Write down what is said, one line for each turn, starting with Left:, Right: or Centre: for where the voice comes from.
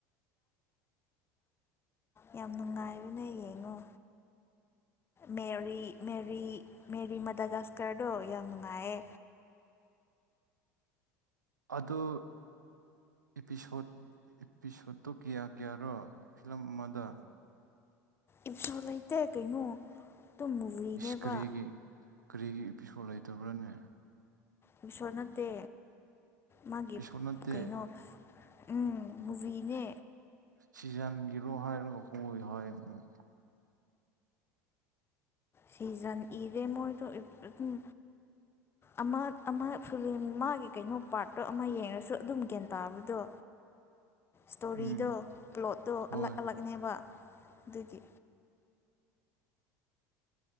Left: ꯌꯥꯝ ꯅꯨꯡꯉꯥꯏꯕꯅꯦ ꯌꯦꯡꯉꯣ ꯃꯦꯔꯤ ꯃꯦꯔꯤ ꯃꯦꯔꯤ ꯃꯗꯥꯒꯁꯀꯔꯗꯣ ꯌꯥꯝ ꯅꯨꯡꯉꯥꯏꯌꯦ
Right: <inaudible> ꯑꯗꯨ ꯏꯄꯤꯁꯣꯠ ꯏꯄꯤꯁꯣꯠꯇꯣ ꯀꯌꯥ ꯀꯌꯥꯔꯣ ꯐꯤꯂꯝ ꯑꯃꯗ
Left: ꯏꯄꯤꯁꯣꯠ ꯂꯩꯇꯦ ꯀꯩꯅꯣ ꯑꯗꯨꯝ ꯃꯨꯚꯤꯅꯦꯕ
Right: ꯏꯁ ꯀꯔꯤꯒꯤ ꯀꯔꯤꯒꯤ ꯏꯄꯤꯁꯣꯠ ꯂꯩꯇꯕ꯭ꯔꯅꯦ
Left: ꯏꯄꯤꯁꯣꯠ ꯅꯠꯇꯦ ꯃꯥꯒꯤ
Right: ꯏꯄꯤꯁꯣꯠ ꯅꯠꯇꯦ
Left: ꯀꯩꯅꯣ ꯎꯝ ꯃꯨꯚꯤꯅꯦ
Right: ꯁꯤꯖꯟꯒꯤꯔꯣ ꯍꯥꯏꯔꯒ ꯍꯣꯏ ꯍꯥꯏ ꯑꯃꯨꯛ
Left: ꯁꯤꯖꯟ ꯏꯗꯦ ꯃꯣꯏꯗꯣ ꯑꯗꯨꯝ ꯑꯃ ꯑꯃ ꯐꯤꯂꯝ ꯃꯥꯒꯤ ꯀꯩꯅꯣ ꯄꯥꯔꯠꯇꯣ ꯑꯃ ꯌꯦꯡꯉꯁꯨ ꯑꯗꯨꯝ ꯒ꯭ꯌꯥꯟ ꯇꯥꯕꯗꯣ
Right: <inaudible>
Left: ꯁ꯭ꯇꯣꯔꯤꯗꯣ
Right: ꯎꯝ
Left: ꯄ꯭ꯂꯣꯠꯇꯣ
Right: ꯍꯣꯏ
Left: ꯑꯂꯛ ꯑꯂꯛꯅꯦꯕ ꯑꯗꯨꯒꯤ